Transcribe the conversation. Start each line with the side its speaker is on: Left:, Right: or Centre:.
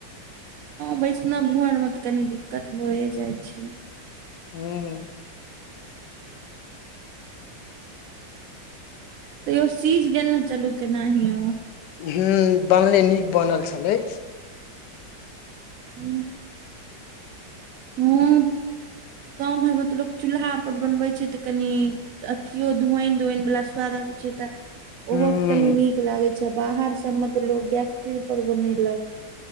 Right: वैष्णव घोर में तऽ कनी दिक्कत भए जाइ छै
Left: हूँ
Right: तैयो सीझ गेल ने चलु केनाहि
Left: हूँ बनले नीक बनल छलै
Right: हूँ हँ गाँं घरमे तऽ लोक चूल्हा परर बनबै छै तऽ कनि अथियो धुआइन धुआइन बला स्वाद आबै छै तऽ
Left: हूँ
Right: ओहोसँ कनी नीक लागैत छै बाहर सबमे तऽ लोक गैस पर बनेलक